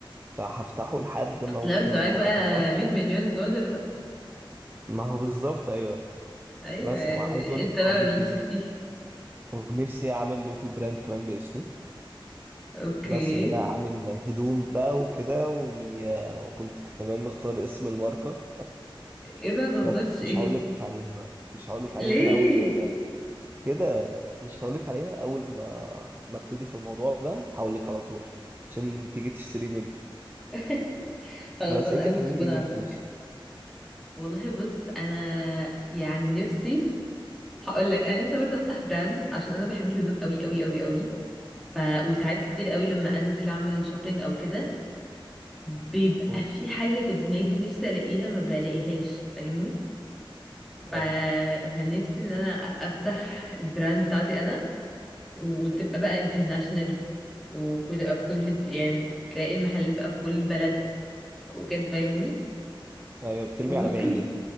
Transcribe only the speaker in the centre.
لو
انت معاك بقى
100 مليون دولار بقى
ايوه
يعني
انت
بقى اللي
نفسك فيه
اوكي
ايه ده متقدرش
ايه
ليه
<laughs> خلاص
انا
اول
زبون
عندك
والله بص انا يعني نفسي هقول لك انا نفسي برضه افتح براند عشان انا بحب الهدوم قوي قوي قوي قوي ف وساعات كتير قوي لما انزل اعمل شوبينج او كده بيبقى
في حاجة في دماغي نفسي ألاقيها ما بلاقيهاش فاهمني ف...
فنفسي إن أنا أفتح البراند بتاعتي أنا وتبقى بقى international وتبقى في كل يعني تلاقي المحلات بقى في كل بلد وكده فاهمني
وممكن